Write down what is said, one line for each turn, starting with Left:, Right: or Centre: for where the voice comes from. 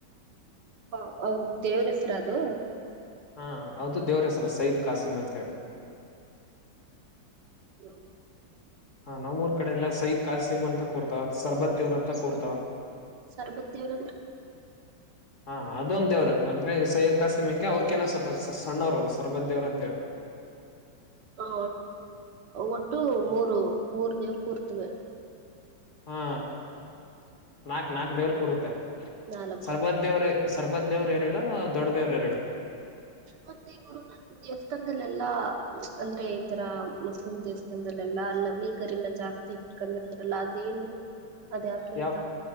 Right: ಹ ಹೌದ ದೇವರ ಹೆಸರ ಅದು
Left: ಹಾ ಹೌದು ದೇವರ ಹೆಸರು ಸಯದ್ ಕಾಸಿಮ್ ಅಂತ ಹೇಳಿ
Right: ಹೌ
Left: ಹಾ ನಮ್ಮೂರ ಕಡೆ ಎಲ್ಲ ಸಯದ್ ಕಸೀಮ್ ಅಂತ ಕೂರ್ತಾವ ಸರ್ಬತ್ ದೇವ್ರ ಅಂತ ಕೂರ್ತಾವ
Right: ಸರ್ಬತ್ತಿಯವ್ರಂದ್ರ
Left: ಹಾ ಅದೊಂದ ದೇವರು ಅಂದ್ರೆ ಸಯದ್ ಕಾಸಿಮ್ ಹೆಂಗೆ ಅವ್ರಕೇನ ಸ್ವಲ್ಪ ಸಣ್ಣವ್ರ ಅವರು ಸರ್ಬತ್ ದೇವ್ರ ಅಂತ ಹೇಳ
Right: ಹ ಒಟ್ಟು ಮೂರು ಮೂರ್ ದೇವ್ರ ಕೂರ್ತವೆ..
Left: ಹಾ ನಾಕ್ ನಾಕ್ ದೇವಲ್ ಕೂರುತ್ತೆ.
Right: ನಾಲ್ಕು
Left: ಸರ್ಬಜ್ಞೇವ್ರ ಸರ್ಬಜ್ಞೇವರು ಎರಡು ದೊಡ್ಡ ದೇವ್ರ ಎರಡು.
Right: ಮತ್ತೆ ಇವರು ದೇವಸ್ಥಾನದಲ್ಲೆಲ್ಲಾ ಅಂದ್ರೆ ಈ ತರ ಮುಸ್ಲಿಂ ದೇವಸ್ಥಾನದಲ್ಲೆಲ್ಲಾ ನವಿಲ್ ಗರಿನ ಜಾಸ್ತಿ ಇಟ್ಕೊಂಡಿರ್ತಾರಲ್ಲ ಅದೇನು. ಅದ ಯಾಕೆಂತ.
Left: ಯಾವ್